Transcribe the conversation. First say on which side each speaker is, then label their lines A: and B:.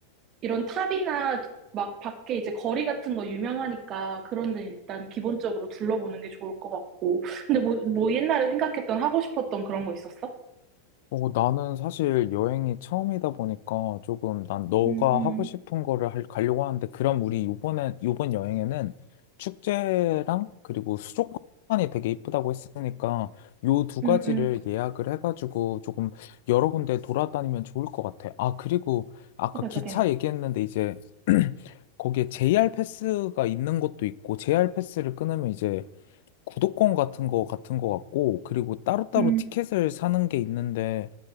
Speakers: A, on the right (about 35°); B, on the left (about 50°).
A: 이런 탑이나 막 밖에 이제 거리 같은 거 유명하니까 그런 데는 일단 기본적으로 둘러보는 게 좋을 것 같고. 근데 뭐, 뭐 옛날에 생각했던 하고 싶었던 그런 거 있었어?
B: 어, 나는 사실 여행이 처음이다 보니까 조금 난 너가
A: 음, 음,
B: 하고 싶은 거를 할, 가려고 하는데 그럼 우리 이번에 이번 여행에는 축제랑 그리고 수족관이 되게 이쁘다고 했으니까 요 두
A: 음,
B: 가지를
A: 음,
B: 예약을 해가지고 조금 여러 군데 돌아다니면 좋을 것 같아. 아, 그리고 아까
A: 그래,
B: 기차
A: 그래.
B: 얘기했는데 이제 <clears throat> 거기에 JR 패스가 있는 것도 있고 JR 패스를 끊으면 이제 구독권 같은 거 같은 거 같고, 그리고 따로따로
A: 음,
B: 티켓을 사는 게 있는데,